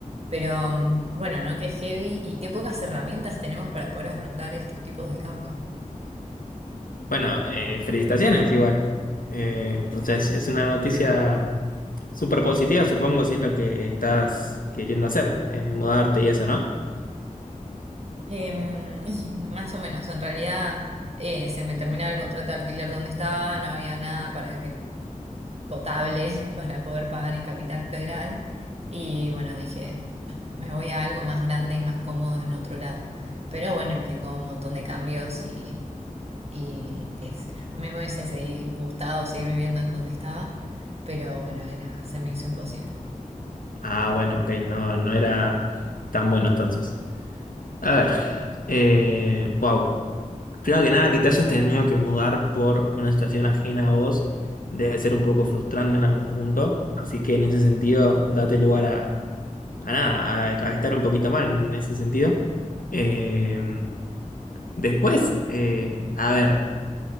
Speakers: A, on the right; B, on the left.
A: pero mm, bueno, ¿no? Qué heavy y qué pocas herramientas tenemos para poder afrontar estos tipos de cambios.
B: Bueno, eh, felicitaciones igual. Eh, o sea, es, es una noticia súper positiva, supongo, si es lo que estás queriendo hacer, eh, mudarte y eso, ¿no?
A: Em, <laughs> más o menos, en realidad eh, se me terminaba el contrato de alquiler donde estaba, no había nada para que potable <laughs> para poder pagar en Capital Federal y bueno, dije, me voy a algo más grande y más cómodo en otro lado. Pero bueno, implicó un montón de cambios y, y qué sé yo. A mí me hubiese segui- gustado seguir viviendo en donde estaba, pero bueno, era, se me hizo imposible.
B: Ah, bueno, ok, no, no era tan bueno entonces. A ver, eh, wow. Primero que nada, que te hayas tenido que mudar por una situación ajena a vos debe ser un poco frustrante en algún punto, así que en ese sentido, date lugar a a nada, a, a estar un poquito mal en ese sentido. Eh, después, eh, a ver,